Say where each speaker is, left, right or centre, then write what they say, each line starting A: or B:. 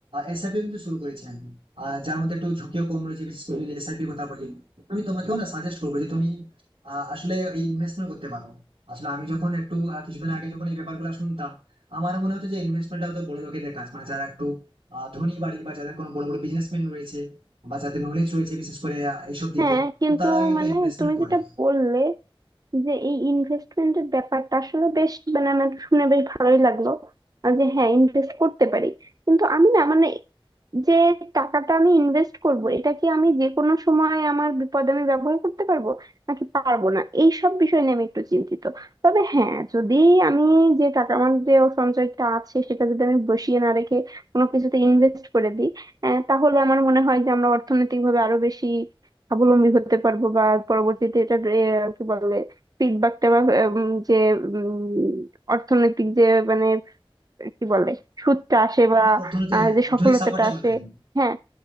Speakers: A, on the right (about 85°); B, on the right (about 40°).
A: এসআইপি কিন্তু শুরু করেছি আমি আর যার মধ্যে একটু ঝুঁকিও কম রয়েছে বিশেষ করে যদি এসআইপি কথা বলি আমি তোমাকেও না সাজেস্ট করবো যে তুমি আহ, আসলে এই ইনভেস্টমেন্ট করতে পারো আসলে আমি যখন একটু আহ, কিছুদিন আগে যখন এই ব্যাপারগুলো শুনতাম আমার মনে হতো যে ইনভেস্টমেন্টটা হতো বড় লোকেদের কাজ মানে যারা একটু আহ, ধনী বাড়ি বা যাদের কোনো বড় বড় বিজনেসম্যান রয়েছে বা যাদের নলেজ রয়েছে বিশেষ করে আহ, এইসব দিকে
B: হ্যাঁ কিন্তু
A: তারাই হয়তো
B: মানে
A: ইনভেস্টমেন্ট
B: তুমি
A: করে
B: যেটা বললে যে এই ইনভেস্টমেন্টের ব্যাপারটা আসলে বেশ মানে আমার শুনে বেশ ভালোই লাগলো আর যে হ্যাঁ ইনভেস্ট করতে পারি কিন্তু আমি না মানে যে টাকাটা আমি ইনভেস্ট করব এটা কি আমি যে কোনো সময় আমার বিপদে আমি ব্যবহার করতে পারবো নাকি পারবো না এই সব বিষয় নিয়ে আমি একটু চিন্তিত তবে হ্যাঁ যদি আমি যে টাকা আমার যে সঞ্চয়টা আছে সেটা যদি আমি বসিয়ে না রেখে কোনো কিছুতে ইনভেস্ট করে দিই আহ, তাহলে আমার মনে হয় যে আমরা অর্থনৈতিকভাবে আরো বেশি স্বাবলম্বী হতে পারবো বা পরবর্তীতে এটা কি বলে ফিডব্যাকটা বা আহ, উম, যে উম, অর্থনৈতিক যে মানে কি বলে সুদটা আসে
A: তোমার
B: বা
A: অর্থনীতি
B: আহ,
A: হ্যাঁ
B: যে
A: অর্থনীতির
B: সফলতাটা
A: সাপোর্টটা পাবে
B: আসে
A: তুমি
B: হ্যাঁ